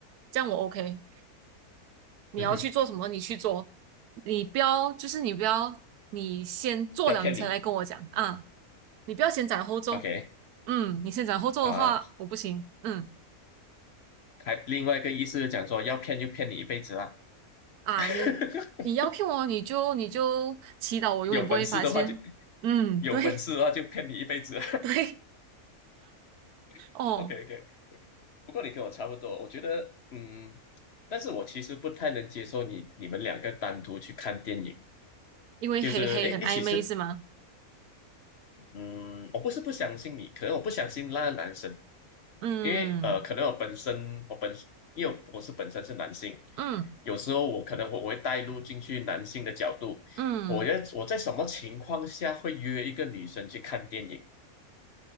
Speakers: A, on the right; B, on the left.
A: 这样我 OK。你要去做什么，
B: 嗯哼，
A: 你去做，你不要就是你不要你先做了你才来跟我讲啊，
B: 要骗你
A: 你不要先斩后奏，
B: OK
A: 嗯，你先斩后奏的话我不行，
B: 啊、
A: 嗯
B: 还另外一个意思是讲说要骗就骗你一辈子啦，
A: 啊你你要
B: <laughs>
A: Q 我你就你就祈祷我永远不会发现，
B: 有本事的话就
A: 嗯对
B: 有本事的话就骗你一辈子
A: <laughs> 对
B: <laughs>
A: 哦，
B: OK OK。不过你跟我差不多，我觉得嗯，但是我其实不太能接受你你们两个单独去看电影。
A: 因为黑黑很暧昧是吗？
B: 就是哎，一起吃，嗯，我不是不相信你，可能我不相信那个男生，
A: 嗯
B: 因为呃，可能我本身我本因为我我是本身是男性，
A: 嗯
B: 有时候我可能我我会带入进去男性的角度，
A: 嗯
B: 我觉得我在什么情况下会约一个女生去看电影